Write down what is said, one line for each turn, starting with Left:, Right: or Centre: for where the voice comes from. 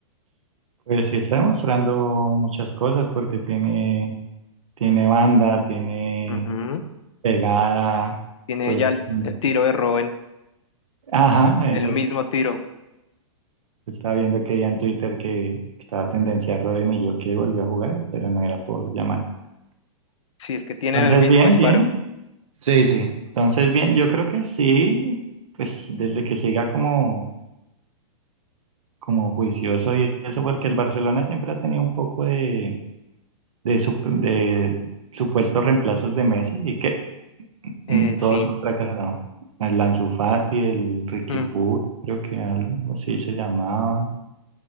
Right: Pues sí está demostrando muchas cosas porque tiene, tiene banda, tiene
Left: Ujú.
Right: pegada,
Left: Tiene
Right: pues,
Left: ya el,
Right: Mm.
Left: el tiro de Robben,
Right: ajá, eso
Left: el mismo tiro.
Right: estaba viendo que ya en Twitter que que estaba tendencia a Rodri y yo que volvió a jugar, pero no era por llamar.
Left: Sí, es que tienen
Right: Entonces,
Left: el mismo
Right: bien,
Left: disparo.
Right: bien. Sí, sí. Entonces, bien, yo creo que sí, pues desde que siga como, como juicioso y eso, porque el Barcelona siempre ha tenido un poco de, de, sup- de supuestos reemplazos de Messi y que
Left: Eh,
Right: Mm, Todos
Left: sí.
Right: han fracasado. El Ansu Fati, el Ricky
Left: Mm.
Right: Puig, creo que algo así se llamaba.